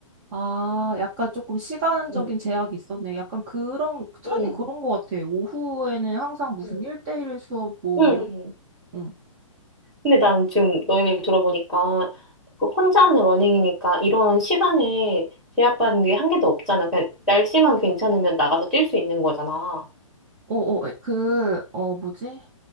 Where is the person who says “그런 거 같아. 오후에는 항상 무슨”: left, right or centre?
Right